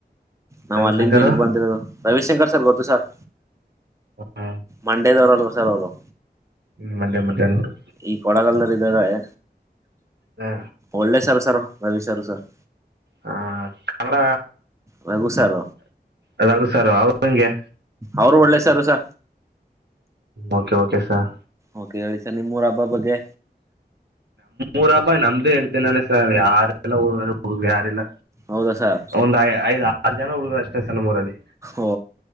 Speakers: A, on the right; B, on the right.
A: ನಾವ್
B: ರವಿಶಂಕರ್
A: ಅಲ್ಲಿಂದ ಇಲ್ಗ್ ಬಂದಿರೋದು ರವಿಶಂಕರ್ ಸರ್ ಗೊತ್ತು ಸರ್.
B: ಹಾ,
A: ಮಂಡೇದವರಲ್ಲ ಸರ್ ಅವರು
B: ಹ್ಮ್ ಮಂಡೆ ಮಂಡ್ಯಾದರು.
A: ಈ ಕೊಳಗಲ್ದಗ್ ಇದ್ರೆ
B: ಹಾ,
A: ಒಳ್ಳೆ ಸರ್ ಸರ್ ಭವಿಸಾರು ಸರ್
B: ಹ ಕನ್ನಡ
A: ರಘು ಸರ್
B: ಅದದು ಸಾರ ಅವರುಂಗೆ.
A: ಅವ್ರು ಒಳ್ಳೆ ಸಾರು ಸಾ
B: ಓಕೆ ಓಕೆ ಸರ್
A: ಓಕೆ ಹೇಳಿ ಸರ್ ನಿಮ್ಮೂರು ಹಬ್ಬ ಬಗ್ಗೆ
B: ಊರ್ ಹಬ್ಬ ನಮ್ದೇಎಂಟು ದಿನನೇ ಸಾ <unintelligible> ನಮ್ದು ಹೇಳ್ತೀನ <unintelligible> ನಾನೆ ಸರ್ ಯಾರಲ್ಲ ಯಾರಲ್ಲ
A: ಹೌದಾ ಸರ್
B: ಒಂದ್ ಐ ಐದ್ ಆರು ಜನ ಹುಡುಗರು ಅಷ್ಟೇ ಸರ್ ನಮ್ಮ ಊರಲ್ಲಿ.
A: ಓ